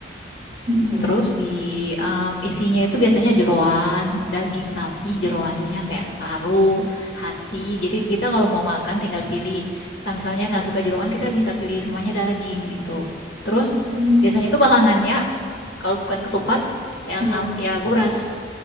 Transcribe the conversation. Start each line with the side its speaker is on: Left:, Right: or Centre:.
Right: Mm-mm.
Left: Terus di eh, isinya itu biasanya jeroan, daging sapi
Right: Hmm.
Left: jeroannya kayak separuh, hati. Jadi kita kalau mau makan tinggal pilih. Kita misalnya nggak suka jeroan, kita bisa pilih semuanya daging gitu. Terus
Right: Hmm.
Left: biasanya itu pasangannya kalau bukan ketupat ya
Right: Ya.
Left: sam ya buras.